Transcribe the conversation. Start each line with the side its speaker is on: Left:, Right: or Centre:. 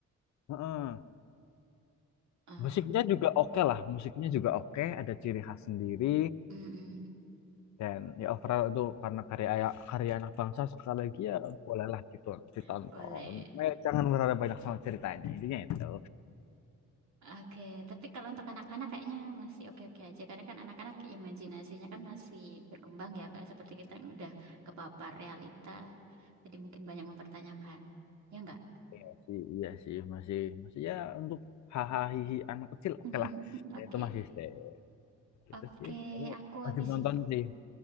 Left: Heeh.
Right: Ah,
Left: Musiknya juga oke lah, musiknya juga oke, ada ciri khas sendiri
Right: mm-mm.
Left: dan ya overall itu karena karya karya anak bangsa sekali lagi ya bolehlah gitu ditonton.
Right: <laughs> Boleh.
Left: Eh, jangan berharap banyak sama ceritanya, intinya itu.
Right: Oke, tapi kalau untuk anak-anak kayaknya masih oke-oke aja karena kan anak-anak imajinasinya kan masih berkembang ya, nggak seperti kita yang udah kepapar realita, jadi mungkin banyak mempertanyakan, ya nggak?
Left: Masih, iya sih, masih masih ya untuk hahaha hihi anak kecil oke
Right: <laughs>
Left: lah. Ya,
Right: Oke,
Left: itu masih stay gitu
Right: oke,
Left: sih. Kamu
Right: aku
Left: wajib
Right: habisin,
Left: nonton sih.